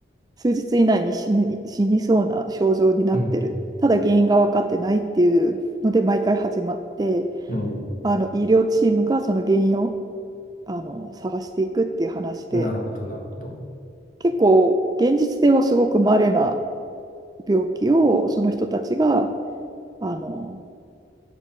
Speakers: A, on the right; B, on the left.
A: 数日以内に死ぬ、死にそうな症状になってる。
B: うん、
A: ただ原因が分かってないっていうので毎回始まって、
B: うん。
A: あの医療チームがその原因をあの探していくっていう話で、
B: なるほど、なるほど。
A: 結構現実ではすごく稀な病気をその人たちがあの